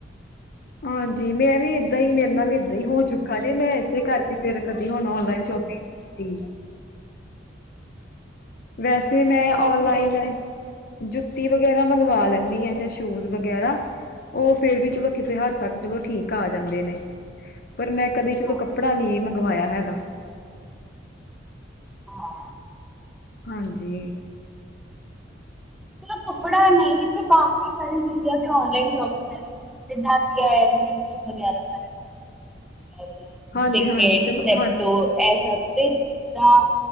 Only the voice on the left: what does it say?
ਹਾਂਜੀ, ਮੈਂ ਵੀ ਏਦਾਂ ਹੀ ਮੇਰੇ ਨਾਲ ਵੀ ਏਦਾਂ ਹੀ ਹੋ ਚੁੱਕਾ ਜੇ, ਮੈਂ ਏਸੇ ਕਰਕੇ ਫੇਰ ਕਦੀ ਹੁਨ ਔਨਲਾਈਨ ਸ਼ੋਪਿੰਗ ਤੀ। ਵੈਸੇ ਮੈਂ
ਔਨਲਾਈਨ
ਜੁੱਤੀ ਵਗੈਰਾ ਮੰਗਵਾ ਲੈਨੀ ਆ ਯਾ ਸ਼ੂਜ ਵਗੈਰਾ। ਓ ਫੇਰ ਵੀ ਚਲੋ ਕਿਸੇ ਹੱਦ ਤੱਕ ਚਲੋ ਠੀਕ ਆ ਜਾਂਦੇ ਨੇ। ਪਰ ਮੈਂ ਕਦੇ ਚਲੋ
ਕੱਪੜਾ ਨੀ ਮੰਗਵਾਇਆ ਹੈਗਾ।
ਹਾਂਜੀ।
ਹਾਂਜੀ
ਹਾਂਜੀ
ਚਲੋ
ਹਾਂਜੀ